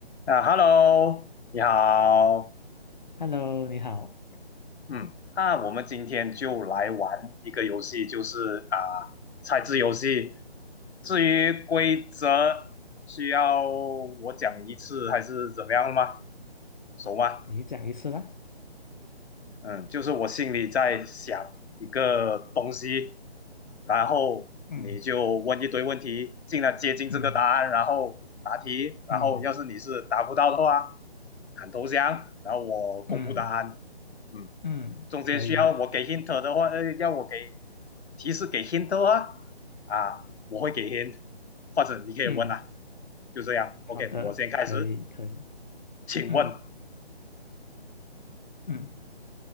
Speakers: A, on the left (about 80°); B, on the left (about 45°).
A: 啊，Hello，你好，
B: Hello，你好，
A: 嗯，那我们今天就来玩一个游戏，就是啊，猜字游戏。至于规则，需要我讲一次还是怎么样吗？熟吗？
B: 你讲一次啦。
A: 嗯，就是我心里在想一个东西，然后你就问一堆问题，
B: 嗯
A: 尽量接近这个答案，
B: 嗯
A: 然后答题，然后要是你是答不到的话，
B: 嗯
A: 喊投降，然后我公布答案。
B: 嗯
A: 嗯，
B: 嗯可以，
A: 中间需要我给 hint 的话，呃，要我给提示给 hint 的话，啊，我会给 hint，或者你可以问啊，
B: 嗯
A: 就这样。
B: 好的，
A: OK，我先开始，
B: 可以，可以。
A: 请问，
B: 嗯嗯